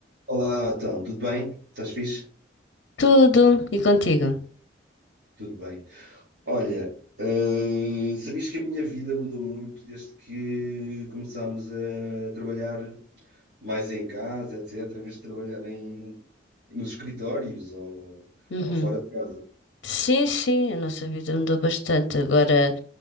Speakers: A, on the right; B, on the left.
A: Olá, então, tudo bem? Estás fixe?
B: Tudo. E contigo?
A: Tudo bem. Olha, eh, sabias que a minha vida mudou muito desde que começámos a trabalhar mais em casa, etc., em vez de trabalhar em, nos escritórios ou,
B: Uhum.
A: ou fora de casa.
B: Sim, sim, a nossa vida mudou bastante. Agora,